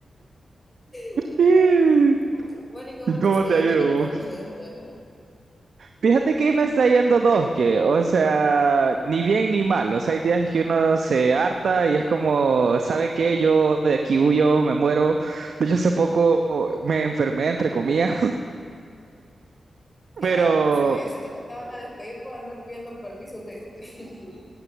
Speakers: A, on the left; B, on the right.
A: Ay,
B: Eh,
A: no. Bueno, ¿y cómo te
B: ¿Cómo
A: está
B: te
A: yendo
B: ha ido?
A: en el call
B: vos?
A: center?
B: Fíjate que me está yendo dos, que, o sea, ni bien ni mal. O sea, hay días que uno se harta y es como, ¿saben qué? Yo de aquí huyo, me muero. De hecho, hace poco me enfermé, entre comillas.
A: Qué
B: Pero
A: raro, Josué. Yo siento que te van a despedir por andar pidiendo permisos de, <laughs>